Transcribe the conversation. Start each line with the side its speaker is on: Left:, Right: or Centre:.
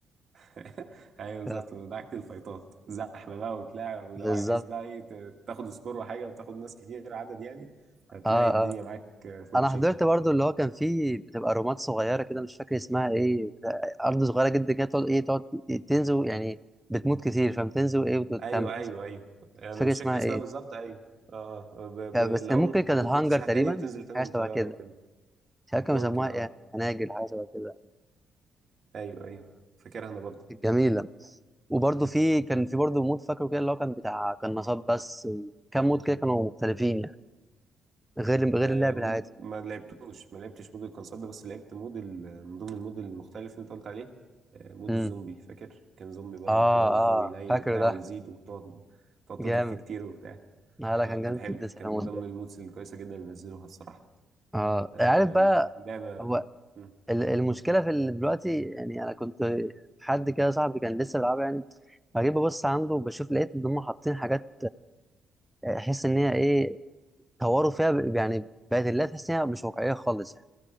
Right: <laughs> ايوه بالظبط
Centre: <laughs>
Right: مدعكة الفايتات زحمة بقى وبتاع ولو
Centre: بالظبط
Right: عايز بقى ايه ت- تاخد سكور وحاجة وتاخد ناس كتير عدد يعني هتلاقي
Centre: اه
Right: الدنيا
Centre: اه
Right: معاك آه، في
Centre: انا
Right: بوشينكي
Centre: حضرت برضو اللي هو كان فيه بتبقى رومات صغيره كده مش فاكر اسمها ايه بتاع- ارض صغيره جدا كده تقعد ايه تقعد تنزل يعني بتموت كتير فبتنزل ايه وتكمل
Right: ايوه
Centre: تنزل
Right: ايوه
Centre: وتكمل.
Right: ايوه انا
Centre: مش فاكر
Right: مش
Centre: اسمها
Right: فاكر اسمها
Centre: ايه
Right: بالظبط ايوه اه آه، ب...
Centre: كان-
Right: ب... اللي
Centre: بس كان
Right: هو
Centre: ممكن
Right: ممكن
Centre: كان
Right: تموت
Centre: الهانجر
Right: وتصحى
Centre: تقريبا
Right: تاني وتنزل تاني
Centre: حاجه
Right: من
Centre: شبه
Right: طيارة
Centre: كده
Right: وكده
Centre: مش عارف كانوا
Right: ممكن
Centre: بيسموها
Right: اه
Centre: ايه هناجر حاجه شبه كده
Right: ايوه ايوه فاكرها انا برضه
Centre: فجميله وبرضه في كان في برضه مود فاكره كده اللي هو كان بتاع كان نصاب بس وكام مود كده كانوا مختلفين يعني غير غير
Right: آه،
Centre: اللعب
Right: مود...
Centre: العادي
Right: ما لعبتوش ما لعبتش مود الكونسول ده بس لعبت مود ال... من ضمن المود المختلف اللي انت قلت عليه آه، مود
Centre: امم
Right: الزومبي فاكر كان زومبي برضو
Centre: اه
Right: كده والجو
Centre: اه
Right: يليل
Centre: فاكره
Right: وبتاع
Centre: ده
Right: ويزيد وتقعد تقعد
Centre: جامد
Right: تضرب فيه كتير وبتاع
Centre: آه لا
Right: اه
Centre: كان
Right: كان
Centre: جامد
Right: حلو
Centre: جدا ساعة
Right: كان
Centre: المود
Right: من ضمن
Centre: ده
Right: المودز الكويسة جدا اللي نزلوها الصراحة
Centre: اه
Right: آه،
Centre: عارف بقى
Right: اللعبة
Centre: هو
Right: مم.
Centre: ال- المشكله في اللي دلوقتي يعني انا كنت حد كده صاحبي كان لسه بيلعبها يعني فجيت ببص عنده بشوف لقيت ان هم حاطين حاجات آه، احس ان هي ايه طوروا فيها ب- يعني بقت اللعبه تحس ان هي مش واقعيه خالص يعني